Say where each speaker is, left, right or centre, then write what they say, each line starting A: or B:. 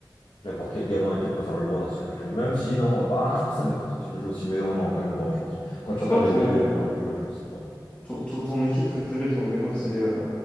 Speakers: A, on the left (about 65°); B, on the left (about 20°).
A: n'importe quel gamin et tout préfère LeBron à, à Curry. Même si, non, euh, bah, je pense que ça dépend de ton style de jeu aussi. Mais non, non, quand même LeBron, je pense. Quand tu
B: Toi,
A: regardes
B: ton,
A: les maillots les plus vendus, euh, je pense que c'est LeBron.
B: ton, ton, ton équipe préférée, on est d'accord que c'est les... euh,